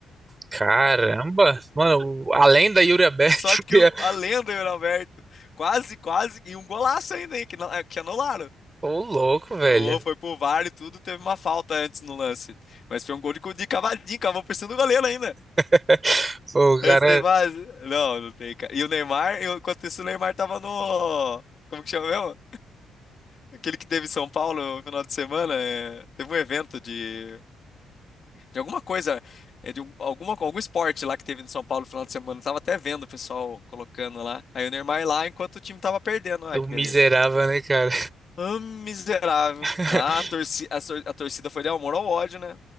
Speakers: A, on the right; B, on the left.
A: Caramba. Mano, o- além da Yuri Alberto.
B: Sorte que
A: <laughs>
B: o- a lenda do Roberto. Quase, quase. E um golaço ainda, hein, que, não- é, que anularam.
A: Ô, louco, velho.
B: Ô, foi pro VAR e tudo, teve uma falta antes no lance. Mas foi um gol de, co- de cavadinho, cavou por cima do goleiro ainda.
A: <laughs> Pô, o
B: Esse
A: cara,
B: tem base? Não, não tem, cara. E o Neymar, eu- enquanto isso, o Neymar tava no. Como que chama mesmo? Aquele que teve em São Paulo no final de semana. é, Teve um evento de, de alguma coisa, é, de um- alguma, algum esporte lá que teve em São Paulo no final de semana. Eu tava até vendo o pessoal colocando lá. Aí o Neymar lá enquanto o time tava perdendo. Ah,
A: o
B: que
A: miserável,
B: beleza.
A: né, cara?
B: Ah, miserável.
A: <laughs>
B: Ah, a torci- a sor- a torcida foi de amor ao ódio, né?